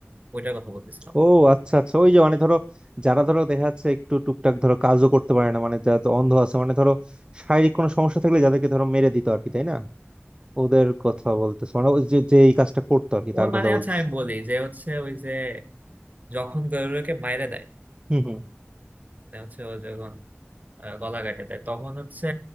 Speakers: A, on the right; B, on the right.
A: ওইটার কথা বলতেছিলাম
B: ও আচ্ছা আচ্ছা ওই যে মানে ধরো যারা ধরো দেখা যাচ্ছে একটু টুকটাক ধরো কাজও করতে পারে না মানে যারা অন্ধ আছে মানে ধরো শারীরিক কোনো সমস্যা থাকলে যাদেরকে ধরো মেরে দিত আর কি তাই না ওদের কথা বলতেছে মানে ওই যে যে এই কাজটা করতো আর কি
A: ও
B: তার কথা
A: মানে
B: বলতেছে
A: আচ্ছা আমি বলি যে হচ্ছে ওই যে যখন গরুরকে মাইরে দেয়
B: হুম হুম
A: মানে হচ্ছে ও যখন আহ, গলা কাটে দেয় তখন হচ্ছে